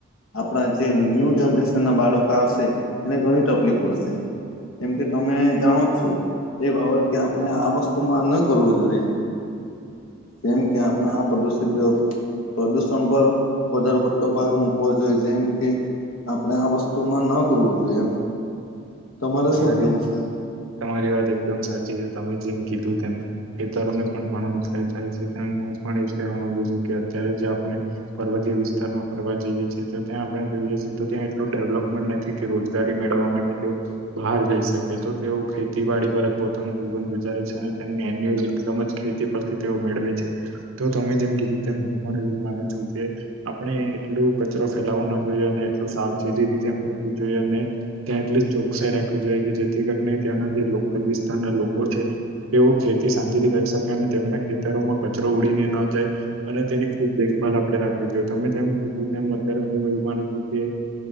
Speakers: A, on the left; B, on the right.
A: આપણા જે ન્યુ જનરેશન ના બાળકો આવશે એને ઘણી તકલી પડશે કેમ કે તમે જાણો જ છો એ બાબત કે આપણે આ વસ્તુમાં ન કરવું જોઈએ સેમ કે્યા આપણા આ પ્ર દૂષિતયો પ્રદુષણ પર વધારેો પડતો ભાર મૂકવો જોઈએ જેમ કે આપણે આ વસ્તુમાં ન કરવું જોઈએ એમ તમારે
B: તમારી
A: શું કેવું છે
B: તમારી વાત એકદમ સાચી છે તમે જેમ કીધું તેમ ખેતરોને પણ ઘણ નુકસાન થાય છે તેમ હું પણ એજ કહેવા માંગુ છું કે અત્યારે જે આપણે પર્વતીય વિસ્તારમાં ફરવા જઈએ છીએ તો ત્યાં આપડે જોઈએ છીએ તો ત્યાં એટલું ડેવલપમેન્ટ નથી કે રોજગારી મેળવવા માટે તેઓ બહાર જઈ શકે તો તેઓ ખેતીવાડી પર જ પોતાનું જીવન ગુજારે છે અને તેમની એન્યુઅલ ઇન્કમ જ ખેતી પરથી તે મેળવે છે તો તમે જેમ કીધું તેમ હું પણ એવું માનું છું કે આપણે એટલું કચરો ફેલાવો ના જોઈએ અને એટલું સાવચેતી ત્યાં ફરવું જોઈએ અને ત્યાં એટલી રાખવી જોઈ કે જેથી કરીને ત્યાંના જે લોકલ વિસ્તારના લોકો છે તેઓ ખેતી શાંતિથી કરી અને તેમના ખેતરોમાં કચરો ઉડીને ન જાય અને તેની ખૂબ દેખભાલ આપણે રાખવી જોઈએ તમે જેમ ીધું તેમ અત્યારે હું એવું માનું છું કે